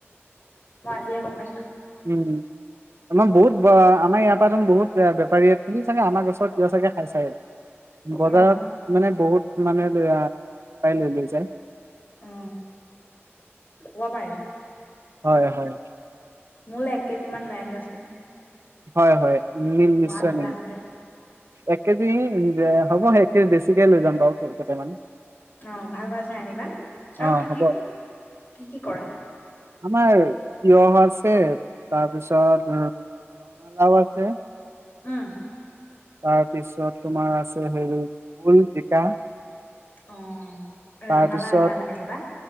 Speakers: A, on the left (about 40°); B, on the right (about 65°).
A: মই আজিহে গম পাইছো
B: উম আমাৰ বহুত আমাৰ ইয়াৰ পৰাাত বহুত এ বেপাৰীয়ে তুমি চাগে আমাৰ গছৰ তিয় চাগে খাই চাই বজাৰত
A: অ',
B: মানে বহুত মানে পাইছে
A: উ উ কব পাৰে
B: হয় হয়
A: মোলৈ এক কেজি ম লৈ আনিবাচোন
B: হয় হয় নিম নিশ্চয়
A: মহাবিললৈ
B: নম
A: আহোতে
B: একেজিন হ'ব সেইে বেছিকে লৈ যাম বাৰু কেইটামানে
A: অ ভাল ভাল চাই আনিবা
B: অ',
A: আৰু কি
B: হ'ব
A: কি কি কি কৰা
B: আমাৰ তিয়হ আছে তাৰপিছত ৰঙালাও আছে
A: উম
B: তাৰপিছত তোমাৰ আছে হেৰি োল জিকা
A: অ
B: তাৰপিছত
A: ৰঙালাও এটা লাই আনিবা